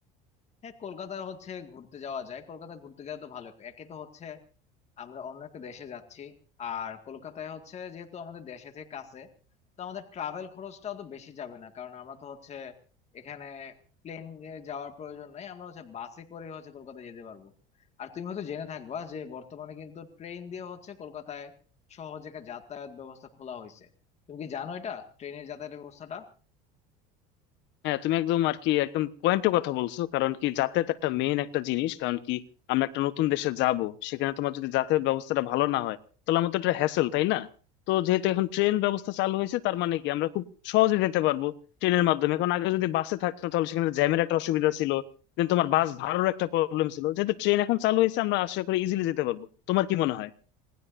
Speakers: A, on the left; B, on the left.
A: হ্যাঁ কলকাতা হচ্ছে ঘুরতে যাওয়া যায় কলকাতা ঘুরতে গেলে তো ভালো একে তো হচ্ছে আমরা অন্য একটা দেশে যাচ্ছি আর কলকাতায় হচ্ছে যেহেতু আমাদের দেশে থেকে কাছে তো আমাদের ট্রাভেল খরচটাও তো বেশি যাবে না কারণ আমরা তো হচ্ছে এখানে প্লেনে যাওয়ার প্রয়োজন নেই আমরা হচ্ছে বাসে করে হচ্ছে কলকাতা যেতে পারবো আর তুমি হয়তো জেনে থাকবা যে বর্তমানে কিন্তু ট্রেন দিয়ে হচ্ছে কলকাতায় সহজ একটা যাতায়াত ব্যবস্থা খোলা হয়েছে তুমি কি জানো এটা ট্রেনের যাতায়াত ব্যবস্থাটা
B: হ্যাঁ তুমি একদম আর কি একদম পয়েন্টের কথা বলছো কারণ কি যাতায়াত একটা মেইন একটা জিনিস কারণ কি আমরা একটা নতুন দেশে যাব সেখানে তোমার যদি যাতায়াত ব্যবস্থাটা ভালো না হয় তাহলে আমাদের তো একটা হ্যাসেল তাই না তো যেহেতু এখন ট্রেন ব্যবস্থা চালু হয়েছে তার মানে কি আমরা খুব সহজে যেতে পারবো ট্রেনের মাধ্যমে এখন আগে যদি বাসে থাকতো তাহলে সেখানে জ্যামের একটা অসুবিধা ছিল দেন তোমার বাস ভাড়ারও একটা প্রবলেম ছিল যেহেতু ট্রেন এখন চালু হয়েছে আমরা আশা করি ইজিলি যেতে পারবো তোমার কি মনে হয়